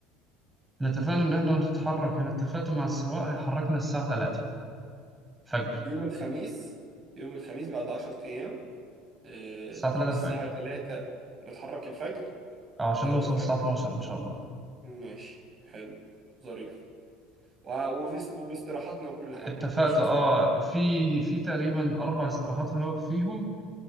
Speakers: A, on the right (about 15°); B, on the right (about 40°).
A: احنا اتفقنا إن احنا نتحرك أنا اتفقت مع السواق هيحركنا الساعة 3 الفجر
B: يوم الخميس يوم الخميس بعد 10 ايام
A: الساعة 3
B: اه، الساعة
A: الفجر
B: 3 نتحرك الفجر
A: اه عشان
B: 3
A: نوصل
B: الفجر
A: الساعة 12 إن شاء الله
B: ماشي حلو ظريف و- وفي وباستراحاتنا وكل
A: اتفقت
B: حاجة ما احناش مستعجلين
A: اه في في تقريبا اربع استراحات هنقف فيهم